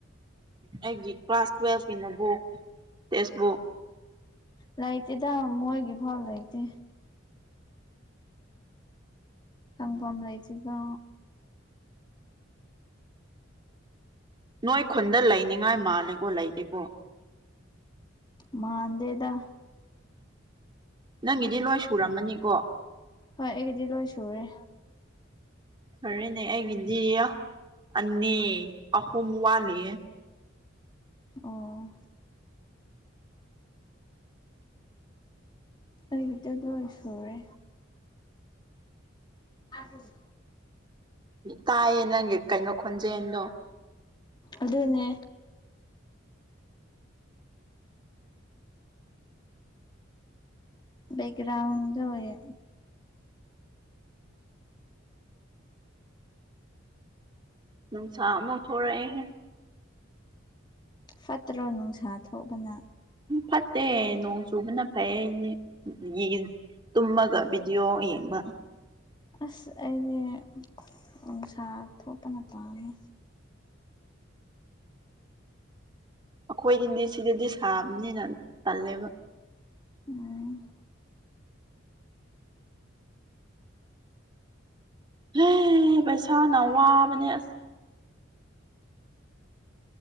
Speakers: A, on the right; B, on the left.
A: ꯑꯩꯒꯤ ꯀ꯭ꯂꯥꯁ ꯇꯨꯋꯦꯜꯀꯤ ꯅꯣꯠꯕꯨꯛ ꯇꯦꯛꯁꯕꯨꯛ
B: ꯂꯩꯇꯦꯗ ꯃꯣꯏꯒꯤ ꯐꯥꯎ ꯂꯩꯇꯦ ꯍꯪꯐꯝ ꯂꯩꯇꯦꯗ
A: ꯅꯣꯏ ꯈꯨꯟꯗ ꯂꯩꯅꯤꯉꯥꯏ ꯃꯥꯜꯂꯦꯀꯣ ꯂꯩꯇꯦꯀꯣ
B: ꯃꯥꯥꯟꯗꯦꯗ
A: ꯅꯪꯒꯤꯗꯤ ꯂꯣꯏ ꯁꯨꯔꯝꯃꯅꯤꯀꯣ
B: ꯍꯣꯏ ꯑꯩꯒꯤꯗꯤ ꯂꯣꯏ ꯁꯨꯔꯦ
A: ꯐꯔꯦꯅꯦ ꯑꯩꯒꯤꯗꯤ ꯌꯥ ꯑꯅꯤ ꯑꯍꯨꯝ ꯋꯥꯠꯂꯤ
B: ꯑꯣ ꯑꯩꯒꯤꯗꯤ ꯂꯣꯏ ꯁꯨꯔꯦ ꯑꯗꯨꯅꯤ
A: ꯇꯥꯏꯌꯦ ꯅꯪꯒꯤ ꯀꯩꯅꯣ ꯈꯣꯟꯖꯦꯟꯗꯣ
B: ꯑꯗꯨꯅꯦ ꯕꯦꯛꯒ꯭ꯔꯥꯎ ꯗꯨꯑꯣꯏꯌꯦ
A: ꯅꯨꯡꯁꯥ ꯑꯃꯧꯛ ꯊꯣꯔꯥꯛꯑꯦꯍꯦ
B: ꯐꯠꯇ꯭ꯔꯣ ꯅꯨꯡꯁꯥ ꯊꯣꯛꯑꯕꯅ
A: ꯎ ꯐꯠꯇꯦ ꯅꯣꯡ ꯆꯨꯕꯅ ꯐꯩꯌꯦ ꯑꯩꯗꯤ <unintelligible> ꯇꯨꯝꯃꯒ ꯚꯤꯗꯤꯑꯣ ꯌꯦꯡꯕ
B: ꯑꯁ ꯑꯩꯗꯤ ꯅꯨꯡꯁꯥ ꯊꯣꯛꯄꯅ ꯄꯥꯝꯃꯦ
A: ꯑꯩꯈꯣꯏꯒꯤ ꯅꯤꯁꯗꯗꯤ ꯁꯤꯗꯗꯤ ꯁꯥꯕꯅꯤꯅ ꯇꯜꯂꯦꯕ
B: ꯎꯝ
A: ꯍ ꯄꯩꯁꯥꯅꯋꯥꯕꯅꯦ ꯑꯁ